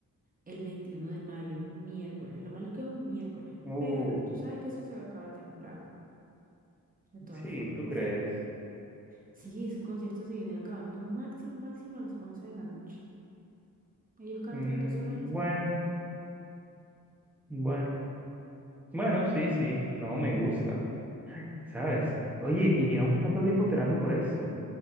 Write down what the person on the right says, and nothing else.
El 21 de mayo es un miércoles. Lo malo es que es un miércoles.
Pero tú sabes que eso se acaba temprano, de todas
formas.
Sí, esos conciertos se vienen acabando máximo, máximo a las 11 de la noche. Ellos cantan
dos horas y
se van.